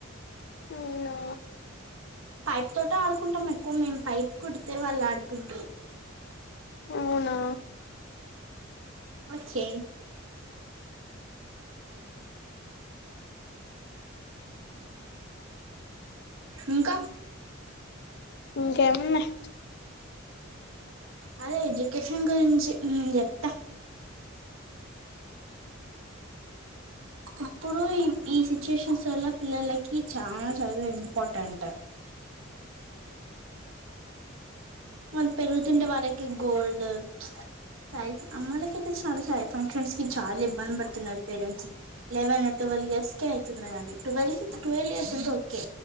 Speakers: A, on the left (about 55°); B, on the right (about 75°).
A: వున్నా
B: పైప్ తోట ఆడుకుంటాం ఎక్కువ మేము పైప్ కుడితే వాళ్ళు ఆడుకుంటా.
A: అవునా
B: వచ్చే ఇంకా
A: ఉమ్మ్ ఏమున్నాయి
B: అదే ఎడ్యుకేషన్ గురించి చెప్తా ఇప్పుడు ఈ సిచ్యుయేషన్స్ వల్ల పిల్లలకి చాలా చదువు ఇంపార్టెంట్ వాళ్ళ్ పెరుగుతుండే వాళ్ళకి గోల్డ్ సారీ అమ్మాలకి అయితే చాలా శారీ ఫంక్షన్స్ కి చాలా ఇబ్బంది పడుతున్నారు. పేరెంట్స్ లెవెన్ ట్వెల్వ్ ఇయర్స్ కి అయితున్నారుడి, ట్వెల్వ్ కి ట్వెల్వ్ ఇయర్స్ అంటే ఓకే